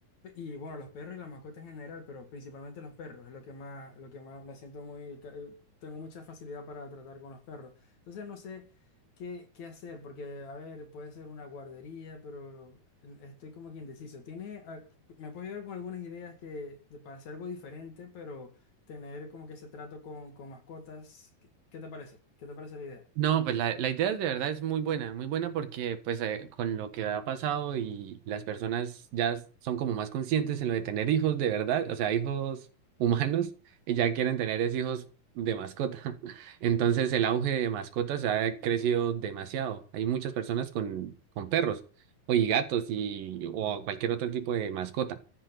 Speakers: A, on the left; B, on the right.
A: y bueno, los perros y las mascotas en general, pero principalmente los perros, es lo que más, lo que más me siento muy, ca- eh, tengo mucha facilidad para tratar con los perros. Entonces, no sé. ¿Qué, qué hacer? Porque, a ver, puede ser una guardería, pero en- estoy como que indeciso. ¿Tienes, al- me puedes ayudar con algunas ideas que, de- para hacer algo diferente, pero tener como que ese trato con, con mascotas? ¿Qué, qué te parece? ¿Qué te parece la idea?
B: No, pues la, la idea de verdad es muy buena, muy buena porque pues eh, con lo que ha pasado y las personas ya s- son como más conscientes en lo de tener hijos de verdad, o sea, hijos <laughs> humanos y ya quieren tener es hijos de mascota. <laughs> Entonces el auge de mascotas ha crecido demasiado. Hay muchas personas con, con perros o y gatos y, o cualquier otro tipo de mascota.